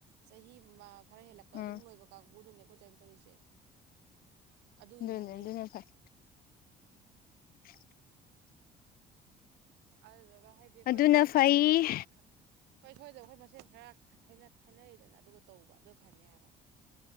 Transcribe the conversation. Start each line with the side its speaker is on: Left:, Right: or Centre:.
Right: ꯆꯍꯤ ꯃ ꯈꯔ ꯍꯦꯜꯂꯛꯄꯗ
Left: ꯎꯝ
Right: ꯑꯗꯨꯝ ꯂꯣꯏꯕ ꯀꯥꯡꯕꯨꯗꯨꯅꯦ ꯑꯈꯣꯏ ꯆꯦꯅ ꯇꯧꯔꯤꯖꯦ ꯑꯗꯨꯒꯤꯅꯦ
Left: ꯑꯗꯨꯅꯦ
Right: ꯍꯥꯏꯅꯩꯖꯦ
Left: ꯑꯗꯨꯅ ꯐꯩ <inaudible>
Right: ꯑꯗꯨꯗꯨꯒ ꯍꯥꯏꯗꯤ
Left: ꯑꯗꯨꯅ
Right: ꯈꯣꯏ ꯁꯣꯏꯔꯣꯏꯗꯕ
Left: ꯐꯩ
Right: ꯑꯈꯣꯏ ꯃꯁꯦꯟ ꯁꯨꯡꯁꯣꯏ ꯁꯣꯏꯗꯕ ꯑꯈꯣꯏ ꯃꯁꯦꯟ ꯈꯔ ꯈꯥꯏꯅ ꯈꯥꯏꯅꯔꯦꯗꯅ ꯑꯗꯨꯒ ꯇꯧꯕ ꯑꯗꯨ ꯐꯅꯦ ꯍꯥꯏꯕ